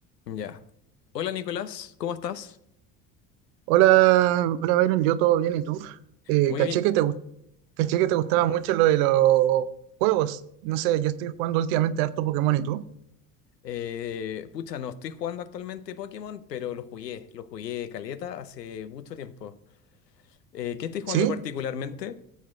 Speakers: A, on the left (about 85°); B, on the right (about 60°).
A: Ya. Hola Nicolás, ¿cómo estás?
B: Hola, hola Byron, yo todo bien, ¿y tú? Eh,
A: Muy
B: caché
A: bien.
B: que te, gust- caché que te gustaba mucho lo de los juegos. No sé, yo estoy jugando últimamente harto Pokémon, ¿y tú?
A: Eh, pucha, no estoy jugando actualmente Pokémon, pero lo jugué, lo jugué caleta hace mucho tiempo. Eh, ¿qué estoy jugando
B: ¿Sí?
A: particularmente?